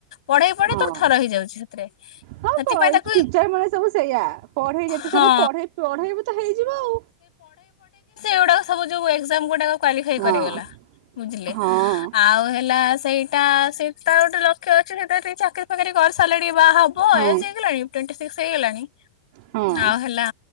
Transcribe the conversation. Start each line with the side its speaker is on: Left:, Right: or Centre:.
Left: ପଢେଇ ପଢେଇ
Right: ହଁ।
Left: ତାର ଥର ହେଇଯାଉଚି ସେଥିରେ।
Right: ହଁ
Left: ସେଥିପାଇଁ ତାକୁ
Right: ଟିଚର ମାନେ ସବୁ ସେଇଆ ପଢେଇ ଯେତେ
Left: ହଁ
Right: ଥର ପଢେଇ ପଢେଇବୁ ତ ହେଇଯିବ ଆଉ।
Left: ଗୁଡାକ ସବୁ ଯୋଉ ଏକ୍ଜାମ୍ ଗୁଡା କ୍ୱଲିଫାଇ କରିଗଲା
Right: ଆଉ।
Left: ବୁଝିଲେ
Right: ହଁ ହଁ।
Left: ଆଉ ହେଲା ସେଇଟା ସେ ତାର ଗୋଟେ ଲକ୍ଷ୍ୟ ଅଛି ସେଥିରେ ଟିକେ ଚାକିରି ଫାକିରି କରି ସାରିଲେ ବାହା ହବ
Right: ହଁ
Left: ଏଜ୍ ହେଇଗଲାଣି ଟ୍ୱଣ୍ଟି ସିକ୍ସ୍ ହେଇଗଲାଣି।
Right: ହଁ
Left: <unintelligible> ଆଉ ହେଲା